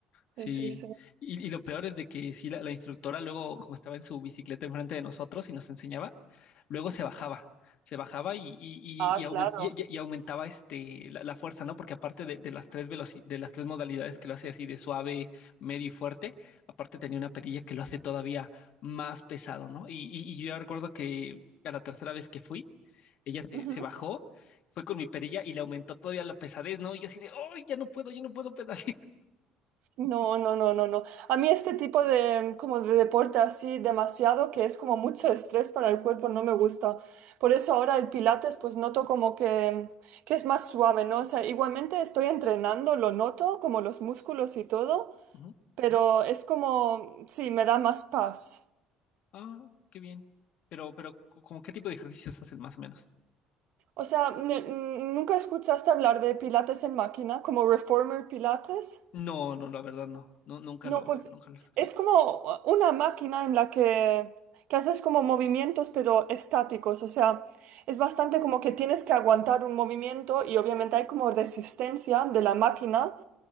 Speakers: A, on the left; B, on the right.
A: Sí,
B: Sí, sí, sí.
A: y, y lo peor es de que sí, la, la instructora luego, como estaba en su bicicleta enfrente de nosotros y nos enseñaba, luego se bajaba, se bajaba y, y,
B: Ah,
A: y, y aument-
B: claro.
A: y- y- y aumentaba este, la, la fuerza, ¿no? Porque aparte de, de las tres veloci- de las tres modalidades que lo hace así de suave, medio y fuerte, aparte tenía una perilla que lo hace todavía más pesado, ¿no? Y, y, y yo recuerdo que a la tercera vez que fui, ella se,
B: Ujú.
A: se bajó, fue con mi perilla y le aumentó todavía la pesadez, ¿no? Y yo así de, ¡ay, ya no puedo, yo no puedo pedalear!
B: No, no, no, no, no. A mí este tipo de, como de deporte así demasiado, que es como mucho estrés para el cuerpo, no me gusta. Por eso ahora el pilates, pues noto como que, que es más suave, ¿no? O sea, igualmente estoy entrenando, lo noto, como los músculos y todo,
A: <laughs>
B: pero es como, sí, me da más paz.
A: Ah, qué bien. Pero, pero, co- ¿cómo qué tipo de ejercicios hacen más o menos?
B: O sea, ne- n- ¿nunca escuchaste hablar de Pilates en máquina, como Reformer Pilates?
A: No, no, la verdad no. No, nunca
B: No,
A: lo,
B: pues
A: nunca lo escuché.
B: es como una máquina en la que, que haces como movimientos, pero estáticos. O sea, es bastante como que tienes que aguantar un movimiento y obviamente hay como resistencia de la máquina